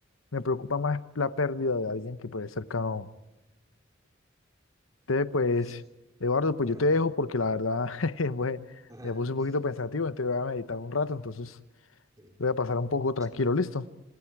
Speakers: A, on the left; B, on the right.
A: me preocupa
B: Ujú.
A: más la pérdida de alguien que puede ser cercano. Entonces, pues,
B: Sí.
A: Eduardo, pues
B: Bueno.
A: yo te dejo porque la verdad <laughs> jeje, pues,
B: <laughs>
A: me puse un poquito pensativo, entonces voy a meditar un rato, entonces
B: Sí.
A: voy a pasar un poco
B: Pues,
A: tranquilo, ¿listo?